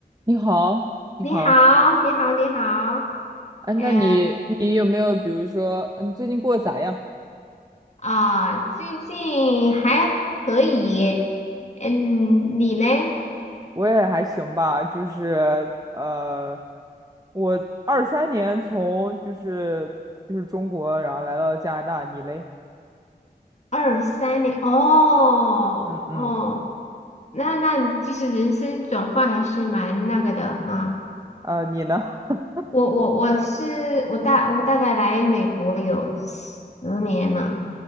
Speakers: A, on the right (about 20°); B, on the left (about 40°).
A: 你好，你好，
B: 你好，你好，你好，
A: 哎，那你你有没有比如说，
B: 嗯
A: 嗯，最近过得咋样？
B: 啊，最近还可以，嗯，你嘞？
A: 我也还行吧，就是呃，我二三年从就是就是中国，然后来到加拿大，你嘞？
B: 二三年，哦哦，
A: 嗯嗯，
B: 那那就是人生转换还是蛮那个的哈。
A: 呃，你呢？<laughs>
B: 我我我是我大我大概来美国有十年了